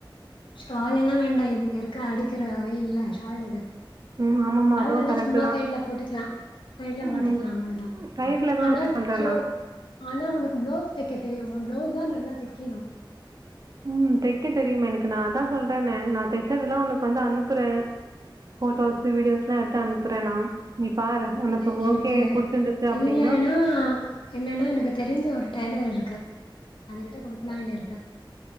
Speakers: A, on the left; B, on the right.
A: ஷால் எல்லா வேண்டா இத் இருக்க அடிக்கிற வெயில்ல ஷால் எதுக்கு
B: ம் ஆமாமா
A: ஷாலுனா
B: அதுவு கரெக்ட்டு
A: சும்மா
B: தா
A: சைடு்ல போட்டுகலா சைடுல மாட்டிகலா
B: ம்
A: அவ்லோதா
B: சைட்ல தா
A: ஆனா
B: சொல்றே
A: சோ
B: நா
A: ஆனா உனக்கு பிளஸ் தெக்க தெரியுமா பிளவுஸ்தா நல்லா தெக்கனு
B: உம் தெக்க தெரியுமே எனக்கு நாந்தா சொல்றேனே நா தெச்சதெல்லா உனக்கு வந்து அனுப்புறே ஃபோட்டோஸ் வீடியோஸ்லா எடுத்து அனுப்புறே நா நீ பாரு உனக்கு
A: எ எனக்கு
B: ஓகே புடிச்சிருந்துச்சு அப்டின்னா
A: இல்லனா இல்லனா எனக்கு தெரிஞ்ச ஒரு டெய்லர் இருக்க அதுகிட்ட கொடுக்கலாயினுருக்கே